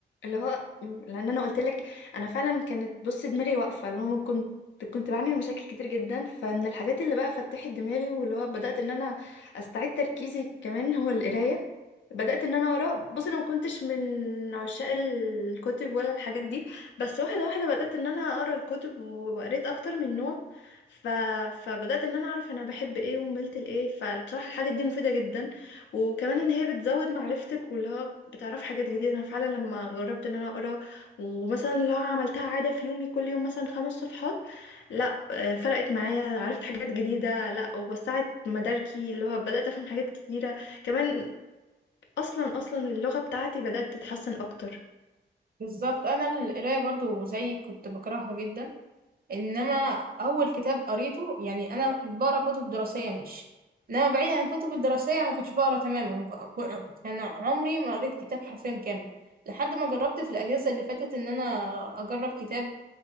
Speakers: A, on the left; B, on the right.
A: اللي هو م- لان انا قلت لك انا فعلا كانت بص دماغي واقفه اللي هو من كنت كنت بعاني من مشاكل كتير جدا فمن الحاجات اللي بقى فتحت دماغي واللي هو بدات ان انا استعيد تركيزي كمان هو القرايه بدأت ان انا اقرا بص انا ما كنتش من عشاق الكتب ولا الحاجات دي بس واحده واحده بدأت ان انا اقرا الكتب وقريت اكتر من نوع ف... فبدأت ان انا اعرف انا بحب ايه وملت لايه فبصراحه الحاجات دي مفيده جدا وكمان ان هي بتزود معرفتك واللي هو بتعرف حاجات جديده انا فعلا لما جربت ان انا اقرا ومثلا لو عملتها عاده في يومي كل يوم مثلا خمس صفحات لا آه، فرقت معايا عرفت حاجات جديده لا ووسعت مداركي اللي هو بدأت افهم حاجات كتيره كمان اصلا اصلا اللغه بتاعتي بدات تتحسن اكتر
B: بالظبط انا القراية برضو زي كنت بكرهها جدا انما اول كتاب قريته يعني انا بقرا كتب دراسية ماشي انما بعيد عن الكتب الدراسية ما كنتش بقرا تماما ك- كان عمري ما قريت كتاب حرفيا كامل لحد ما جربت في الاجازة اللي فاتت ان انا اجرب كتاب